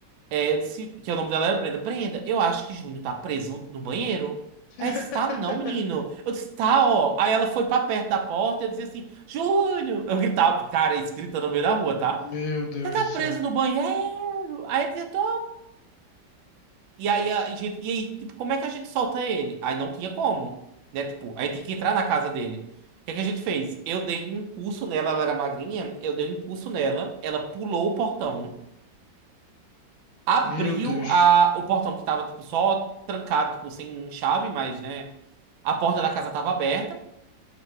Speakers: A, on the right (about 85°); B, on the left (about 80°).
A: É, eu disse que o nome dela era Brenda. Brenda, eu acho que Júnior tá preso no banheiro.
B: <laughs>
A: Ela disse, tá não, menino. Eu disse, tá, ó. Aí ela foi pra perto da porta, e eu dizia assim, Júnior! Eu gritava, cara, escrita no meio da rua, tá?
B: Meu Deus
A: Você tá
B: do
A: preso
B: céu.
A: no banheiro? Aí ele dizia, tô. E aí, a gente, e aí, tipo, como é que a gente solta ele? Aí não tinha como, né? Tipo, aí tem que entrar na casa dele. O que é que a gente fez? Eu dei um impulso nela, ela era magrinha, eu dei um impulso nela, ela pulou o portão. abriu
B: Meu Deus.
A: a, o portão que tava, tipo, só trancado, tipo, sem chave, mas, né? A porta da casa tava aberta.